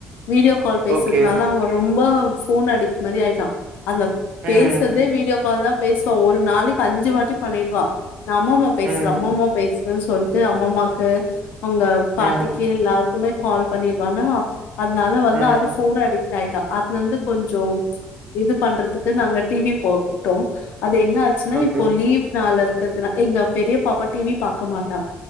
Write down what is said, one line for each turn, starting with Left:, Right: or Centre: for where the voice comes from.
Left: வீடியோ கால் பேசுறதுனால
Right: ஓகே
Left: அவன் ரொம்ப ரொம்ப போன் அடிக்ட் மாரி ஆயிட்டான் அதுல
Right: ம்
Left: பேசுறத வீடியோ கால் தான் பேசுவான் ஒரு நாளைக்கு அஞ்சு வாட்டி பண்ணிடுவான் நம்ம பேசு
Right: ம்
Left: ரொம்பமோ பேசு ம் சொல்லிட்டு அம்மம்மாக்கு அவுங்க பாட்டிக்கு
Right: ம்
Left: எல்லாருக் இந்த மாரி கால் பண்ணிடுவானா அதனால வந்து
Right: ம்
Left: அது ஃபோன் அடிக்ட் ஆயிட்டா அதுலருந்து கொஞ்ச இது பண்றதுக்கு நாங்க டிவி போட்டோ அது என்ன ஆச்சுன்னா
Right: ஓகே
Left: இப்போ லீவ் நாள்ள இரு <unintelligible> எங்க பெரிய பாப்பா டிவி பாக்க மாட்டா